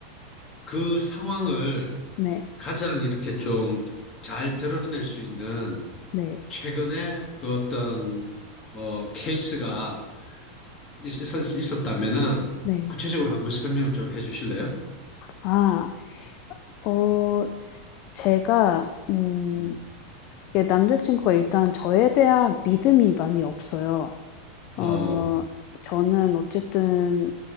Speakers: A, on the left; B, on the left.
A: 그 상황을
B: 네,
A: 가장 이렇게 좀 잘 드러낼 수 있는
B: 네,
A: 최근에 그 어떤 뭐 케이스가 있, 있- 있었다면은
B: 네.
A: 구체적으로 한번 설명을 좀 해주실래요?
B: 아, 어, 제가, 음,
A: 음,
B: 예, 남자친구가 일단 저에 대한 믿음이 많이 없어요. 어
A: 어,
B: 저는 어쨌든